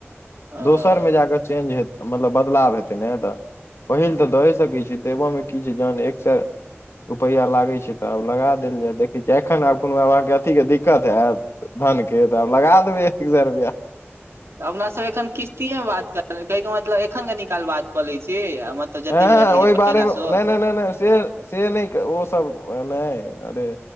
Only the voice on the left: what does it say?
<inaudible>
दोसरमे जाक चेंज हेत मतलब बदलाव हेतै नै तऽ पहिल तऽ दऽ सकैत छी देबामे की छै जहन एक सै रुपैआ लागै छै तऽ आब लगा देल जाय देखै छियै एखन आब कोनो आब अहाँकेँ अथी केँ दिक्कत होयत धन केँ तऽ आब लगा देबै एकतीस हजार रुपैआ
हँ
हँ
ओहि
बारेमे
नहि नहि नहि नहि से से नहि ओसभ नहि अरे